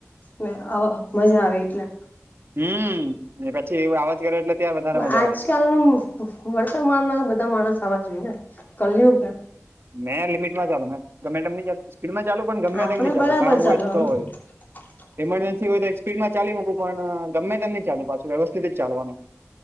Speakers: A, on the left; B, on the right.
A: મે અવ મજા આવે એટલે
B: હમ પછી એ અવાજ કરે એટલે ત્યા વધારે
A: આજકાલનું
B: મજા આવે
A: વર્તમાનમાં બધા માણસ આવા જોય ને કલયુગ ને
B: મેં લિમિટ માં ચાલુ મે ગમે તેમની ચાલ સ્પીડમાં ચાલુ પણ ગમે
A: આપણે
B: તેમની ચાલુ
A: બરાબર
B: કામ
A: ચાલવાનું
B: હોય તો હોય
A: <unintelligible>
B: ઇમરજન્સી હોય તો સ્પીડમાં ચાલી મૂકું પણ ગમે તેમ ની ચાલુ પાછું વ્યવસ્થિત જ ચાલવાનું